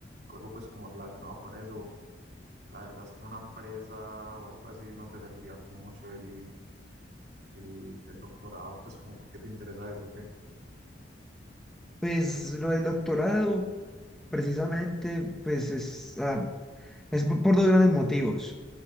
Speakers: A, on the right; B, in the centre.
A: algo pues como relacionado con eso. La verdad es que en una empresa o algo así no te serviría como mucho el, el, el doctorado, pues como porque te interesa eso, que
B: Pues lo del doctorado, precisamente, pues es, ah, es por por dos grandes motivos.